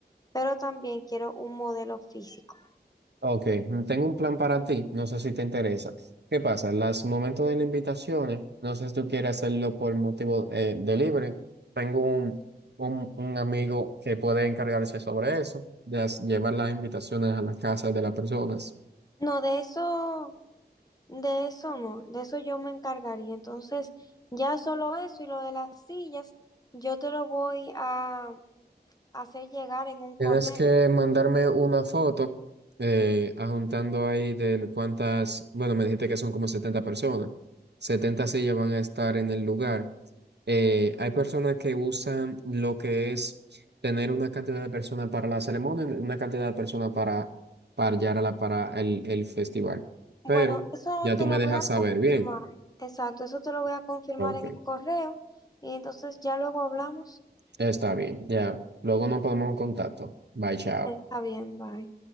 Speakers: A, on the left; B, on the right.
A: pero también quiero un modelo físico.
B: Ok, tengo un plan para ti, no sé si te interesa. ¿Qué pasa? Los momentos de las invitaciones, no sé si tú quieres hacerlo por motivo eh, de libre. Tengo un, un, un amigo que puede encargarse sobre eso, de as- llevar las invitaciones a las casas de las personas.
A: No, de eso, de eso no, de eso yo me encargaría. Entonces, ya solo eso y lo de las sillas, yo te lo voy a hacer llegar en un correo.
B: Tienes que mandarme una foto, eh, adjuntando ahí de cuántas, bueno, me dijiste que son como 70 personas. 70 sillas van a estar en el lugar. Eh, hay personas que usan lo que es tener una cantidad de personas para la ceremonia, una cantidad de personas para, para, Yarala, para el, el festival. Pero
A: Bueno, eso
B: ya tú
A: te lo
B: me dejas
A: voy a
B: saber
A: confirmar.
B: bien.
A: Exacto, eso te lo voy a confirmar
B: Ok,
A: en el correo y entonces ya luego hablamos.
B: está bien. Ya, luego nos ponemos en contacto. Bye, chao.
A: Está bien, bye.